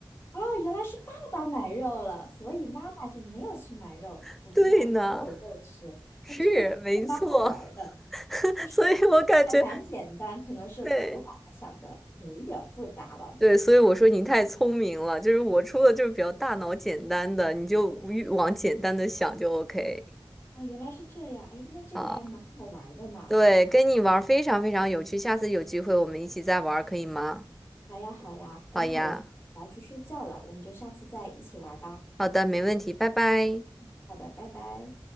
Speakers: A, on the left (about 30°); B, in the centre.
A: 哦，原来是爸爸买肉了，所以妈妈就没有去买肉，
B: <laughs>
A: 我们家也有肉吃。
B: 对呢，是没错，
A: 哎，这个还蛮好玩儿的，
B: <laughs>
A: 就是
B: 所以我感觉
A: 还蛮简单，可能是我把它想的有一点儿复杂了。
B: 对。对，所以我说你太聪明了，就是我出的就是比较大脑简单的，你就越往简单的想就 OK
A: 哦，原来是这样，哎，那这个还蛮好玩儿的呢。
B: 啊。对，跟你玩儿非常非常有趣，下次有机会我们一起再玩儿，可以吗？
A: 好呀，好呀，刚好我我要去睡觉了，
B: 好呀，
A: 我们就下次再一起玩儿吧。
B: 好的，没问题，拜拜。
A: 好的，拜拜。